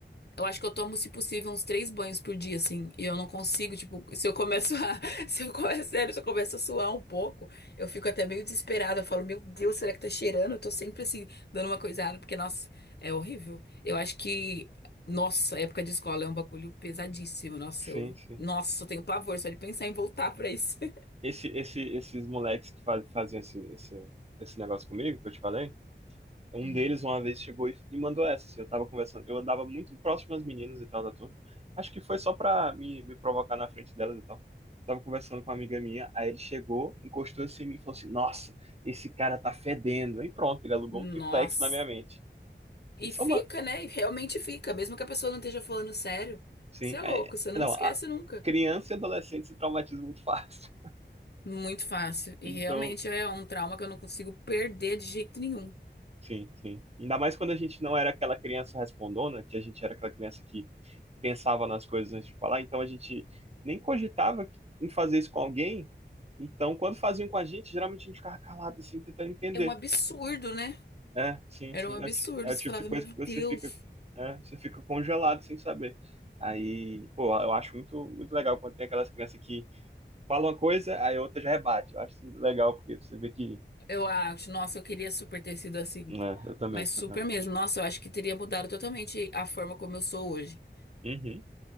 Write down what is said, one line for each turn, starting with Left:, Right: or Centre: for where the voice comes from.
Left: eu acho que eu tomo, se possível, uns três banhos por dia, assim, e eu não consigo, tipo, se eu começo a. <laughs> Se eu começo, sério, se eu começo a suar um pouco, eu fico até meio desesperada. Eu falo, meu Deus, será que tá cheirando? Eu tô sempre, assim, dando uma coisada, porque, nossa, é horrível. Eu acho que. Nossa, época de escola é um bagulho pesadíssimo. Nossa,
Right: sim,
Left: eu.
Right: sim.
Left: Nossa, eu tenho pavor só de pensar em voltar pra isso. <laughs>
Right: Esse, esse, esses moleques que faz- faziam esse, esse, esse negócio comigo, que eu te falei. Um
Left: Uhum.
Right: deles uma vez chegou e, e mandou essa, assim, eu tava conversando, eu andava muito próximo às meninas e tal da turma, acho que foi só pra me, me provocar na frente delas e tal. Tava conversando com uma amiga minha, aí ele chegou, encostou assim em mim e falou assim, nossa, esse cara tá fedendo. E pronto, ele alugou
Left: Nossa.
Right: um triplex na minha mente.
Left: E
Right: Ele
Left: fica,
Right: só manda,
Left: né? E realmente fica, mesmo que a pessoa não esteja falando sério.
Right: sim,
Left: Você é louco,
Right: é,
Left: você não
Right: não,
Left: esquece
Right: a
Left: nunca.
Right: criança e adolescente se traumatizam muito <laughs> fácil.
Left: Muito fácil. E
Right: Então,
Left: realmente é um trauma que eu não consigo perder de jeito nenhum.
Right: sim, sim. Ainda mais quando a gente não era aquela criança respondona, que a gente era aquela criança que pensava nas coisas antes de falar, então a gente nem cogitava em fazer isso com alguém. Então, quando faziam com a gente, geralmente a gente ficava calado, assim, tentando entender.
Left: É um absurdo, né?
Right: É, sim,
Left: Era
Right: sim.
Left: um absurdo.
Right: É, o ti- é
Left: Você
Right: o tipo
Left: falava,
Right: de coisa
Left: meu
Right: que você
Left: Deus.
Right: fica, é, você fica congelado sem saber. Aí, pô, eu acho muito, muito legal quando tem aquelas crianças que falam uma coisa, aí a outra já rebate. Eu acho isso legal, porque você vê que.
Left: Eu acho, nossa, eu queria super ter sido assim.
Right: É, eu também,
Left: Mas super
Right: eu também.
Left: mesmo. Nossa, eu acho que teria mudado totalmente a forma como eu sou hoje.
Right: Uhum.